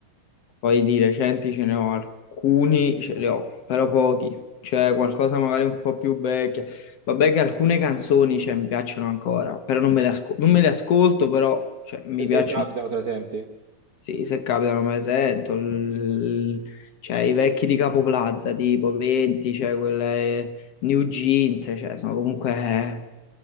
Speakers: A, on the left; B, on the right.
A: poi di recenti ce ne ho alcuni, ce li ho, però pochi. C'è qualcosa magari un po' più vecchia. Vabbè che alcune canzoni cioè, mi piacciono ancora, però non me le asco- non me le ascolto, però cioè, mi
B: Se, se
A: piacciono.
B: capitano, te la senti?
A: Sì, se capitano me le sento, l- cioè i vecchi di Capo Plaza, tipo 20, cioè quelle New Jeans, cioè sono comunque, eh,